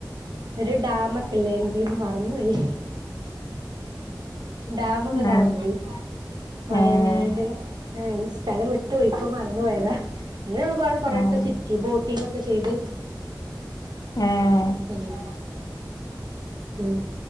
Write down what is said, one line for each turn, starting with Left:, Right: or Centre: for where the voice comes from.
Right: ഒരു ഡാമൊക്കെല്ലേ എന്തെനു മറന്നോയി ഡാമൊക്കെ കാണാൻ
Left: ആഹ്
Right: പോയി വയനാട്
Left: ആഹ്
Right: എ സ്ഥലം വിട്ട് പോയിപ്പം മറന്നുപോയതാ ൻ ഒരുപാട് കുറെയൊക്കെ
Left: ആഹ്
Right: ചിറ്റിബോ ക്കിങ്ങാക്കെ ചെയ്ത്
Left: ഏഹ്
Right: ഉം ഉം